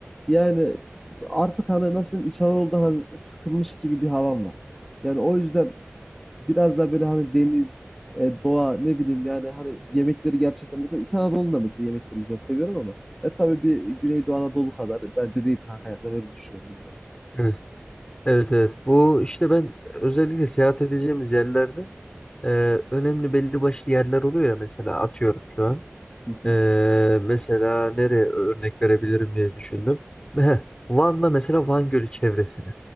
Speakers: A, in the centre; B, on the left.
A: Yani artık hani nasıl diyeyim İç Anadolu'da hani sıkılmış gibi bir havam var. Yani o yüzden biraz daha böyle hani deniz, e, doğa ne bileyim yani hani yemekleri gerçekten mesela İç Anadolu'nda mesela yemekleri güzel seviyorum ama e tabii bir Güneydoğu Anadolu kadar bence değil kanka yani ben öyle düşünüyorum bilmiyorum.
B: Evet. Evet evet bu işte ben özellikle seyahat edeceğimiz yerlerde e, önemli belli başlı yerler oluyor ya mesela atıyorum şu an.
A: Hı hı.
B: Ee, mesela nereye örnek verebilirim diye düşündüm. Heh, Van'da mesela Van Gölü çevresini